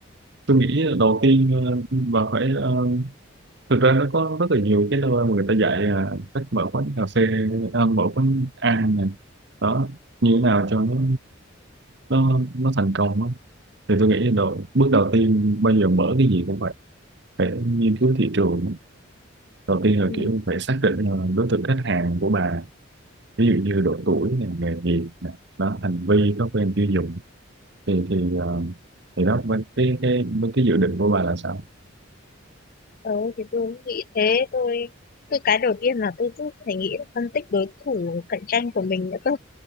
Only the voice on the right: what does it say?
tôi nghĩ đầu tiên ờ, bà phải ờ, thực ra nó có rất là nhiều cái nơi mà người ta dạy ờ, cách mở quán cà phê à, mở quán ăn này đó như thế nào cho nó nó nó thành công á. thì tôi nghĩ đầu bước đầu tiên bây giờ mở cái gì cũng phải phải nghiên cứu thị trường đầu tiên là
kiểu phải xác định là đối tượng khách hàng của bà ví dụ như độ tuổi này nghề nghiệp này đó hành vi thói quen tiêu dùng thì thì ờ, thì đó với cái cái với cái dự định của bà là sao